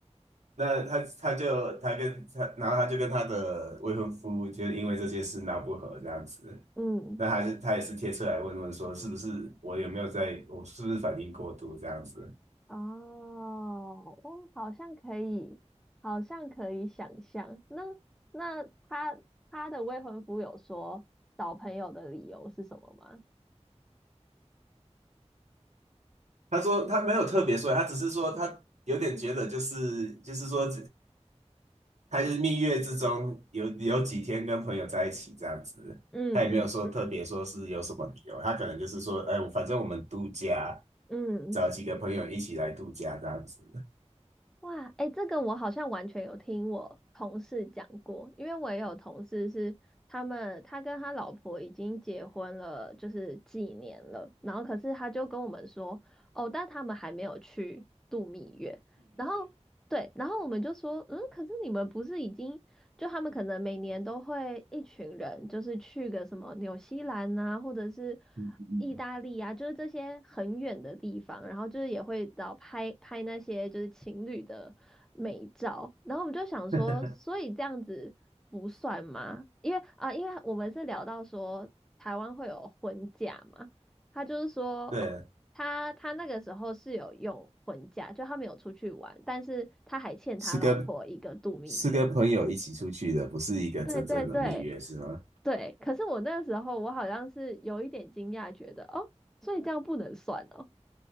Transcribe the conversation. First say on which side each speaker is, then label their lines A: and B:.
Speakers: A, on the right; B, in the centre.
A: 那他他就他跟他，然后他就跟他的未婚夫就是因为这件事闹不和这样子。
B: 嗯，
A: 那还是他也是贴出来问问说，是不是我有没有在，我是不是反应过度这样子？
B: 哦，哦，好像可以，好像可以想象。那那他他的未婚夫有说找朋友的理由是什么吗？
A: 他说他没有特别说，他只是说他有点觉得就是就是说他就是蜜月之中有有几天跟朋友在一起这样子，
B: 嗯嗯
A: 他也没有说特别说是有什么理由，他可能就是说，哎，反正我们度假，
B: 嗯。
A: 找几个朋友一起来度假这样子。
B: 哇，哎，这个我好像完全有听我同事讲过，因为我也有同事是他们，他跟他老婆已经结婚了，就是几年了，然后可是他就跟我们说，哦，但他们还没有去度蜜月，然后对，然后我们就说，嗯，可是你们不是已经就他们可能每年都会一群人，就是去个什么纽西兰啊，或者是
A: 嗯嗯
B: 意大利啊，就是这些很远的地方，然后就是也会找拍拍那些就是情侣的美照，然后我们就想说，
A: 嗯
B: 所以这样子不算吗？因为啊、因为我们是聊到说台湾会有婚假嘛，他就是说哦。
A: <laughs>，对，
B: 他他那个时候是有用婚假，就他没有出去玩，但是他还欠他老婆一个度蜜月。
A: 是跟是跟朋友一起出去的，不是一个真正的蜜月，
B: 对对对
A: 是吗？
B: 对，可是我那个时候我好像是有一点惊讶，觉得哦，所以这样不能算哦。